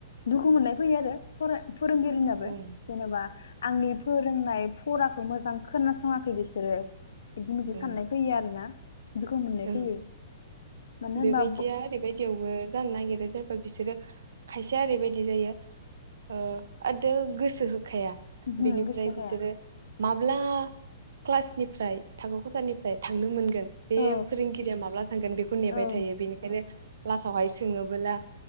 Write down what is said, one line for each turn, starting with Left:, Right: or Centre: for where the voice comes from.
Left: दुख दुखु मोननाय फैयो आरो फरा फोरोंगिरिनाबो
Right: ओं
Left: जेनेबा बेफोर नाय फराखौ मोजां खोनासङाखै बिसोरो। बिदि
Right: ओं
Left: मोनसे साननाय फैयो आरो ना दुखु मोननाय
Right: ओं
Left: फैयो मानो
Right: बेबायदिया
Left: होनबा
Right: ओरैबायदियावबो जानो नागिरो जेनबा बिसोरो खायसे ओरैबायदि जायो ओ दो गोसो हो खाया
Left: ओहो
Right: बिनिफ्राय
Left: गोसो जाखाया
Right: बिसोरो माब्ला क्लासनि ओमफ्राय थाखो खथानि थांनो मोनगोन
Left: औ
Right: फोरोंगिरिया माब्ला थांगोन बेखौ नेबाय
Left: औ
Right: थायो बेनिखायनो
Left: औ
Right: ला‌। नावहाय सोङोबोला